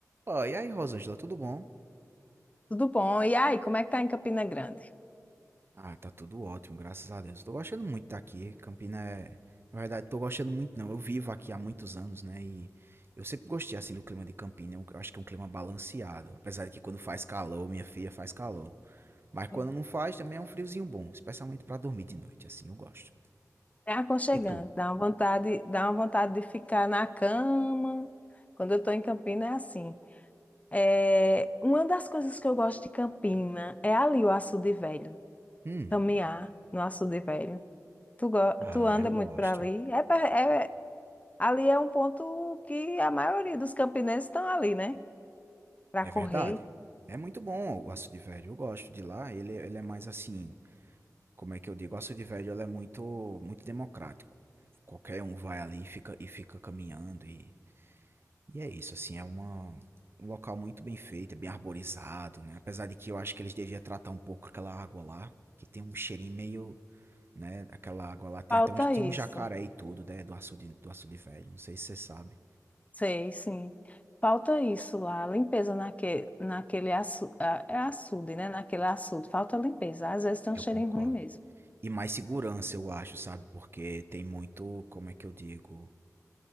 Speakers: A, on the right; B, on the left.
A: Ó, e aí, Rosângela, tudo bom?
B: Tudo bom? E aí, como é que tá em Campina Grande?
A: Ah, tá tudo ótimo, graças a Deus. Tô gostando muito de estar aqui. Campina é. Na verdade, tô gostando muito, não. Eu vivo aqui há muitos anos, né? E eu sempre gostei, assim, do clima de Campina. Eu acho que é um clima balanceado. Apesar de que quando faz calor, minha filha faz calor. Mas quando
B: É.
A: não faz, também é um friozinho bom. Especialmente pra dormir de noite, assim, eu gosto.
B: É aconchegante,
A: E tu?
B: dá uma vontade, dá uma vontade de ficar na cama. Quando eu tô em Campina é assim. É, uma das coisas que eu gosto de Campina é ali o Açude Velho,
A: Hum.
B: caminhar no Açude Velho. Tu, go-
A: Ah,
B: tu anda
A: eu
B: muito
A: gosto.
B: para ali? É, per- é- ali é um ponto que a maioria dos campinenses estão ali, né? Para
A: É
B: correr.
A: verdade. É muito bom o Açude Verde. Eu gosto de lá. Ele, ele é mais assim. como é que eu digo? A Cidade Velho ela é muito, muito democrático. Qualquer um vai ali e fica, e fica caminhando e, e é isso, assim, é uma, um local muito bem feito, é bem arborizado, né? Apesar de que eu acho que eles deviam tratar um pouco aquela água lá, que tem um cheirinho meio, né? Aquela água lá tem
B: Falta
A: até um, tinha
B: isso.
A: um jacaré e tudo, né? Do açude, do açude velho, não sei se você sabe.
B: Sei, sim. Falta isso lá, limpeza naque, naquele açu, a- é açude, né? Naquele açude, falta limpeza. Às vezes tem
A: Eu
B: um cheirinho
A: concordo.
B: ruim mesmo.
A: E mais segurança, eu acho, sabe? Porque tem muito, como é que eu digo?